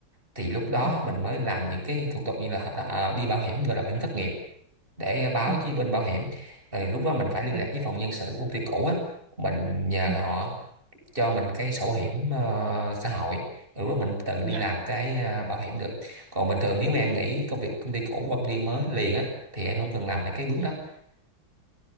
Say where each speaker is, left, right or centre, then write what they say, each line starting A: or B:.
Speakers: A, on the right (about 25°); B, on the right (about 70°).
A: thì lúc đó
B: ừ
A: mình mới làm những cái thủ tục như là hợp đồng à, đi bảo hiểm gọi là bảo hiểm thất nghiệp để báo
B: ừ
A: với bên bảo hiểm Rồi lúc đó mình phải liên
B: ừ
A: lạc với phòng nhân sự của công ty cũ á mình nhờ
B: ừ
A: họ cho mình cái sổ hiểm
B: ừ.
A: ờ, xã hội ừ mình tự
B: dạ
A: đi làm cái ờ, bảo hiểm được còn bình thường nếu mà em nghỉ công việc công ty cũ hoặc công ty mới liền á thì em không cần làm mấy cái bước
B: ừ
A: đó